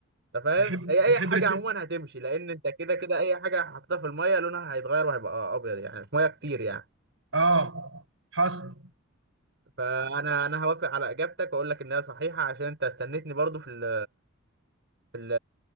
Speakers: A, on the right; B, on the right.
A: انت فاهم
B: الحبر
A: هي اي
B: الحبر
A: حاجه عموما
B: تك
A: هتمشي لان انت كده كده اي حاجه حطيتها في الميه لونها هيتغير وهيبقى ابيض يعني في ميه كتير يعني
B: اه حصل
A: فانا انا هوافق على اجابتك واقول لك ان هي صحيحه عشان انت استنيتني برضه في ال في ال